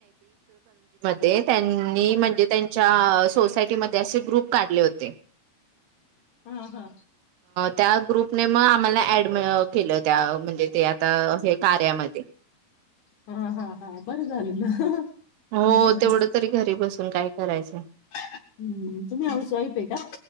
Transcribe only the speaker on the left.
हा हा.
हा हा हा बरं झालं ना
बरं आहे ना
हम्म तुम्ही हौस वाइफ. पेटा